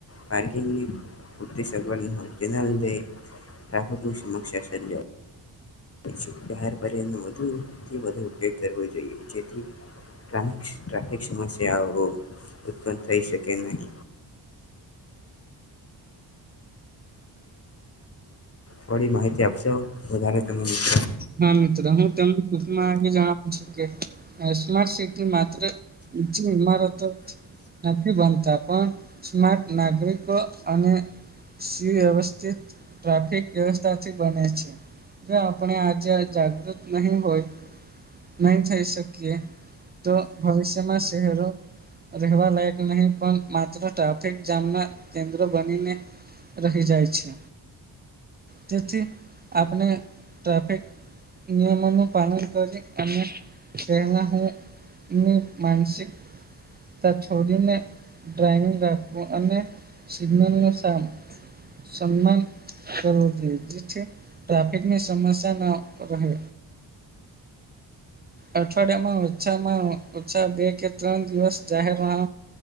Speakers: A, on the left; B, on the right.
A: પાર્કિંગની પૂરતી સગવડ ની હોયે તેના લીધે પ્રાકૃતિક સમશ્યા સરજાય છ બહાર પર્યનો વધુથી વધુ ઉપયોગ કરવો જોઈએ જેથી ટ્રાફિક ટ્રાફિક સમસ્યા <unintelligible> ઉત્પન્ન થઈ શકે નહી થોડી માહિતી આપશો વધારે તમે મિત્રો
B: હા મિત્ર હું તેમ મા જણાવું છું કે સ્માર્ટ સિટી માત્ર ઉચી ઇમારતો નથી બનતા પણ સ્માર્ટ નાગરિકો અને સુવ્યવસ્થિત ટ્રાફિક વ્યવસ્થાથી બને છે <unintelligible> આપણે આજે જાગૃત નહી હોય નહી થઈ શકીએ તો ભવિષ્યમાં શહેરો રહેવા લાયક નહી પણ માત્ર ટ્રાફિક જામના કેન્દ્ર બનીને રહી જાય છે તેથી આપણે ટ્રાફિક નિયમોનું પાલન કરી અને તેના હું ની માનસિકતા છોડીને ડ્રાઈવિંગ રાખવું અને સિગ્નલ નું સામ સન્માન કરવો જોઈએ જે ટ્રાફિકને સમસ્યા ન રહે અઠવાડિયામાં ઓછામાં ઓછા બે કે ત્રણ દિવસ જાહેર વાહ